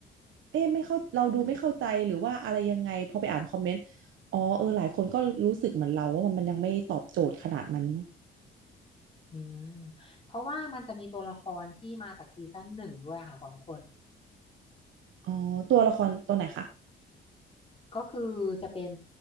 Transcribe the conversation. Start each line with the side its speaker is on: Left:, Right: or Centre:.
Right: เอ๊ะไม่เข้าเราดูไม่เข้าใจหรือว่าอะไรยังไงพอไปอ่านคอมเมนต์ อ๋อเออหลายคนก็รู้สึกเหมือนเราว่ามันยังไม่ตอบโจทย์ขนาดนั้นเนอะ
Left: อืมเพราะว่ามันจะมีตัวละครที่มาจากซีซั่นหนึ่งด้วยค่ะสองคน
Right: อ๋อตัวละครตัวไหนคะ
Left: ก็คือจะเป็น